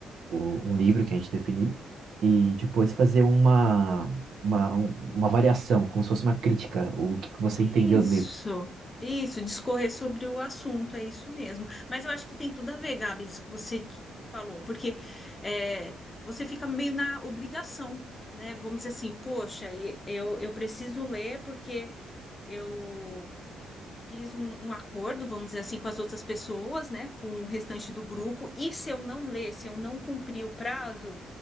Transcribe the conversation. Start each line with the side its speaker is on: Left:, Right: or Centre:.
Right: o- um livro que a gente definir e depois fazer uma, uma, um- uma variação, como se fosse uma crítica, o que que você
Left: Isso,
Right: entendeu do livro.
Left: isso, discorrer sobre o assunto, é isso mesmo. Mas eu acho que tem tudo a ver, Gabi, isso que você falou, porque é, você fica meio na obrigação, né? Vamos dizer assim, poxa, e- eu, eu preciso ler porque eu fiz um, um acordo, vamos dizer assim, com as outras pessoas, né? Com o restante do grupo, e se eu não ler, se eu não cumprir o prazo